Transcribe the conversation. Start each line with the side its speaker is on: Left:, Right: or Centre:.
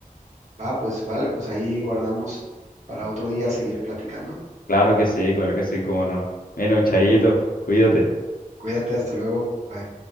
Right: va, pues vale, pues ahí guardamos para otro día seguir platicando.
Left: Claro que sí, claro que sí, cómo no. Bueno, Chayito, cuídate.
Right: Cuídate, hasta luego. Bye.